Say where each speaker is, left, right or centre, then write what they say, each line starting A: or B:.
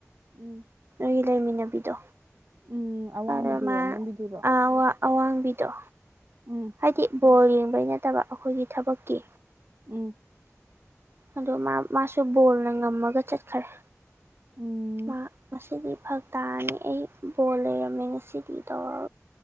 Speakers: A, on the right; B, on the right.
A: ꯎꯝ
B: ꯅꯣꯢꯒꯤ ꯂꯩꯃꯤꯟꯅꯕꯤꯗꯣ
A: ꯎꯝ ꯑꯋꯥꯡꯕꯤꯗꯨꯔꯣ
B: ꯑꯗ ꯃꯥ
A: ꯑꯅꯦꯝꯕꯤꯗꯨꯔꯣ
B: ꯑꯋꯥ ꯑꯋꯥꯡꯕꯤꯗꯣ
A: ꯎꯝ
B: ꯍꯥꯏꯗꯤ ꯕꯣꯜ ꯌꯦꯡꯕꯩ ꯅꯠꯇꯕ ꯑꯩꯈꯣꯏꯒꯤ ꯊꯕꯛꯀꯤ
A: ꯎꯝ
B: ꯑꯗꯣ ꯃ ꯃꯥꯁꯨ ꯕꯣꯜꯅ ꯉꯝꯃꯒ ꯆꯠꯈꯔꯦ
A: ꯎꯝ
B: ꯃꯥ ꯉꯁꯤꯗꯤ ꯐꯛ ꯇꯥꯔꯅꯤ ꯑꯩ ꯕꯣꯜ ꯂꯩꯔꯝꯃꯦ ꯉꯁꯤꯗꯤ ꯇꯧꯔ